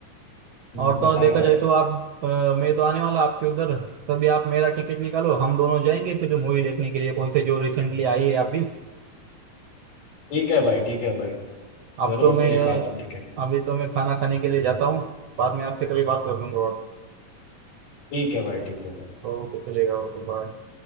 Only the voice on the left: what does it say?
हम्म,
बताए
भाई
ठीक है भाई ठीक है भाई
जरूर
से निकाल तुम टिकट
ठीक है भाई ठीक है भाई